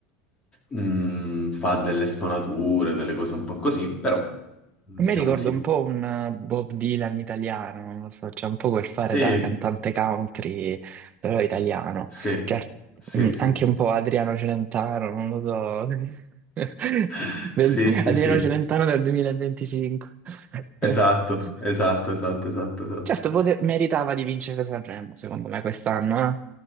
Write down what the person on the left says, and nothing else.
mm, fa delle stonature, delle cose un po' così, però diciamo
sì.
Sì,
sì,
sì,
sì.
<laughs>
Sì, sì,
sì.
Esatto,
esatto, esatto, esatto, esatto.